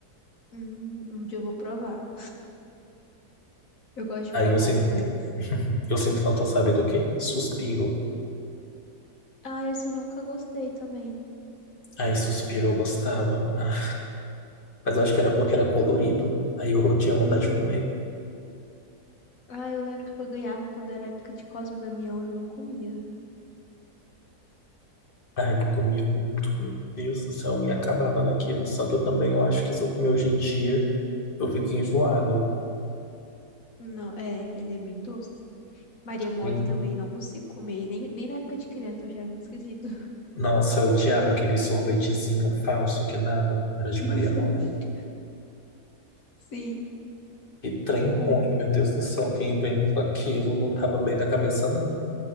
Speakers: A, on the left (about 55°); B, on the left (about 35°).
A: Hum, um dia eu vou provar. Eu gosto de
B: Aí
A: provar
B: eu sinto
A: as coisas.
B: <laughs> Eu sinto falta, sabe do quê? Suspiro.
A: Ah, esse eu nunca gostei também.
B: Aí suspiro eu gostava. Ah, Mas eu acho que era porque era colorido. Aí eu tinha vontade
A: Hum.
B: de comer.
A: Ah, eu lembro que eu ganhava quando era época de Cosme e Damião, eu não comia.
B: Ai, eu comia muito. Meu Deus do céu, eu me acabava naquilo. Só que eu também eu acho que se eu comer hoje em dia, eu fico enjoado.
A: Não, é, ele é bem doce. Maria Mole
B: E,
A: também não consigo comer, nem, nem na época de criança, eu achava muito esquisito.
B: nossa, eu odiava aquele sorvetezinho falso que dava. Era de
A: <laughs>
B: Maria Mole.
A: Sim,
B: Que trem ruim,
A: o-
B: meu Deus do céu. Quem inventou aquilo não tava bem da cabeça, não.